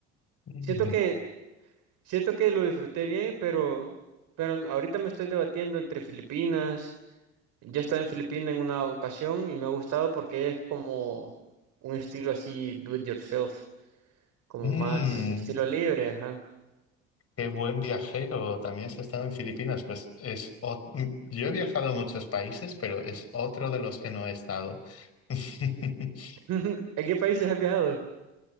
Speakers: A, on the left (about 45°); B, on the right (about 60°).
A: Mm,
B: siento que, siento que lo disfruté bien, pero, pero ahorita me estoy debatiendo entre Filipinas. Yo he estado en Filipinas en una ocasión y me ha gustado porque es como un estilo así, do it yourself, como
A: mm.
B: más estilo libre, ajá.
A: Qué buen viajero. También has estado en Filipinas. Pues es ot- mm, yo he viajado a muchos países, pero es otro de los que no he estado. <laughs>
B: <laughs> ¿En qué países has viajado?